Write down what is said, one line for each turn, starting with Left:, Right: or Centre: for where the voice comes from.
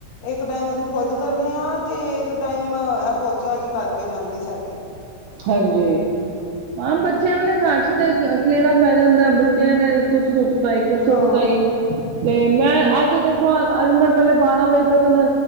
Left: ਇੱਕ ਟਾਈਮ ਅਸੀਂ ਖੋਦ ਕਰਨੇ ਆ ਤੇ ਇੱਕ ਟਾਈਮ ਇਹ ਪੋਚਿਆਂ ਆਲੀ ਕਰਕੇ ਜਾਂਦੀ ਸਾਡੀ।
Right: ਹਾਂਜੀ, ਹਾਂ ਬੱਚਿਆਂ ਵਾਲੇ ਘਰ ਚ ਤੇ ਖਲੇਰਾ ਪੈ ਜਾਂਦਾ ਬਚ। ਬੱਚਿਆਂ ਨੇ ਕੁੱਛ ਸੁੱਟ ਤਾ ਈ, ਕੁੱਛ ਸੁੱਟ
Left: ਹਾਂ
Right: ਤਾ ਈ। ਤੇ ਮੈਂ ਅੱਜ ਦੇਖੋ ਅੱਜ ਮੈਂ ਪਹਿਲੇ ਬਾਰਾਂ ਵਜੇ। ਤੱਕ ਨਾ